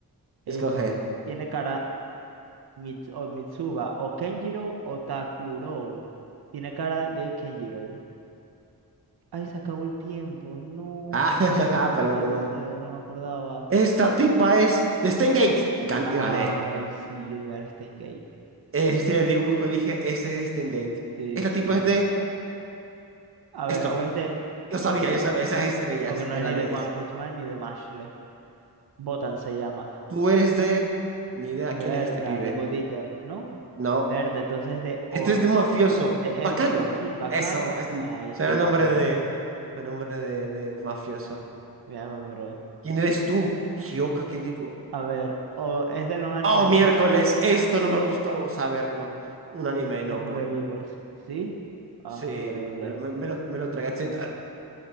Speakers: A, on the right; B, on the right.
A: Eh,
B: Escoge.
A: por, tiene cara Mits- o Mitsuba, o Kenjiro, o Takuro. Tiene cara de Kenjiro. Ay, se acabó el tiempo. No
B: Ah, <laughs> pelotudo.
A: puede ser, no me acordaba.
B: Esta tipa es de Steingate. Gan-
A: Ay,
B: gané.
A: sí, yo le iba a dar Steingate.
B: El estilo de dibujo, dije, ese es Stengate.
A: Sí,
B: Este
A: sí.
B: tipo es de
A: A ver,
B: esto.
A: o es de.
B: Yo sabía,
A: Sí,
B: yo sabía, esas estrellas
A: porque no
B: era
A: es ni
B: de
A: de One
B: esa.
A: Punch Man ni de Mashle. Botan se llama.
B: Tú eres de... Ni idea,
A: Berta,
B: ¿quién es este pibe?
A: de Goodieater, ¿no?
B: No.
A: Berta, entonces de, o,
B: Esto es de un mafioso.
A: de
B: Bacano.
A: Ergo Proxy, bacano.
B: Eso, es...
A: Ay,
B: suena
A: sí,
B: nombre
A: bacano.
B: de... fue nombre de, de mafioso.
A: Me llama, bro.
B: ¿Quién eres tú? Hioka, ¿qué digo?
A: A ver, o es de los animes.
B: Oh, miércoles,
A: <laughs>
B: esto no me gustó saberlo. Un anime,
A: Ish, Shogoku
B: no por...
A: Reviewers. ¿Sí? Ah,
B: Sí,
A: increíble.
B: me lo, me, me lo, me lo tragué. Siento- ¡Ah!